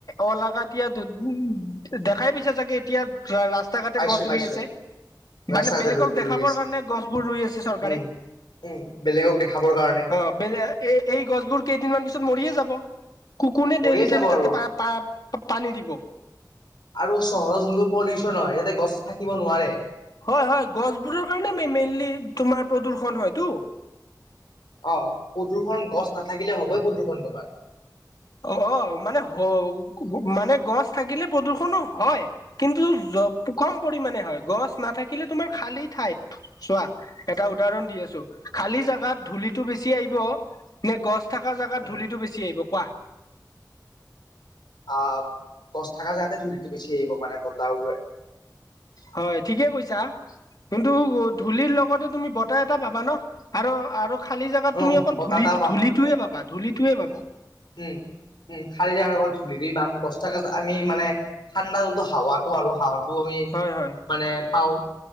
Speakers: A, on the left; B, on the left.
A: অলাগাতীয়া উ দেখাই দিছে চাগে এতিয়া। হয় ৰাস্তা ঘাটে
B: পাইছো
A: গছ
B: পাইছো
A: ৰুই আছে।
B: ৰাস্তা
A: মানে বেলেগক
B: ঘাটে
A: দেখাবৰ
B: ৰুই আছে
A: কাৰণে গছবোৰ ৰুই আছে চৰকাৰে।
B: উম। উম বেলেগক দেখাবৰ কাৰণে
A: অ বেলে এই এই গছবোৰ কেইদিনমান পিছত মৰিয়ে যাব। কু কোনে
B: মৰিয়ে
A: ডেইলি
B: যাব
A: ডেইলি
B: আৰু।
A: তাতে পা পা পানী দিব।
B: আৰু চহৰত যোনটো পলিউচন হয় য়াতে গছ থাকিব নোৱাৰে।
A: হয় হয় গছবোৰৰ কাৰণে মেইনলি তোমাৰ প্ৰদূ্ষন হয়টো।
B: অ প্ৰদূৰষণ গছ নাথাকিলে হ'বই প্ৰদূষণ তোমাৰ।
A: অ অ মানে হ মানে গছ থাকিলে প্ৰদূষণো হয় কিন্তু কম পৰিমানে হয়। গছ নাথাকি ল তোমাৰ খালি ঠাইত। চোৱা এটা উদাহৰণ দি আছো। খালি জেগাত ধূলিটো বেছি আহি ব নে গছ থাকা জেগাত
B: উম।
A: ধূলিটো বেছি আহিব কোৱা?
B: আহ গছ থকা জাগাতে ধূলিটো বেছি আহিব মানে বতাহওৱে।
A: হয় ঠিকে কৈছা। কিন্তু ধূলিৰ লগতে তুমি বতাহ এটা পাবা ন আৰু আৰু খালী জেগাত
B: অ
A: তুমি অকল
B: বতাহ
A: ধূলি
B: এটা পাম।
A: ধূলিটোয়ে পাবা ধূলিটোয়ে পাবা।
B: উম। উম খাৰিয়াৰ অকল ধূলি দি বা গছাকচ আমি মানে ঠাণ্ডা যোনটো হাৱাটো আৰু হাৱাত আমি
A: হয় হয়
B: মানে পাওঁ।